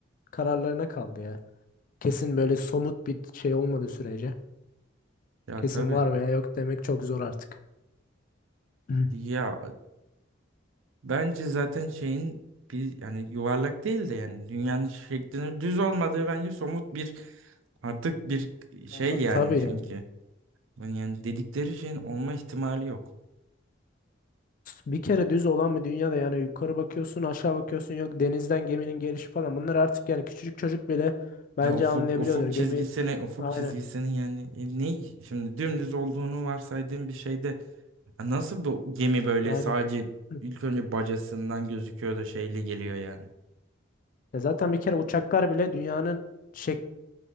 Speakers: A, on the left (about 40°); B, on the right (about 80°).
A: kararlarına kaldı ya. Kesin böyle somut bir şey olmadığı sürece
B: Ya
A: kesin
B: tabii.
A: var veya yok demek çok zor artık. Hı.
B: Ya bence zaten şeyin bir yani yuvarlak değil de yani dünyanın şeklinin düz olmadığı bence somut bir artık bir şey
A: Ya
B: yani
A: tabii
B: çünkü
A: yani.
B: yani dedikleri şeyin olma ihtimali yok.
A: Bir kere düz olan bir dünyada yani yukarı bakıyorsun aşağı bakıyorsun yok denizden geminin gelişi falan bunlar artık yani küçücük çocuk bile bence
B: Ya ufuk
A: anlayabiliyordur
B: ufuk
A: gemi
B: çizgisine ufuk
A: aynen
B: çizgisinin yani e, ne şimdi dümdüz olduğunu varsaydığım bir şeyde e, nasıl bu gemi böyle
A: aynen
B: sadece
A: Hı.
B: ilk önce bacasından gözüküyor da şeyli geliyor yani.
A: Ya zaten bir kere uçaklar bile dünyanın şekline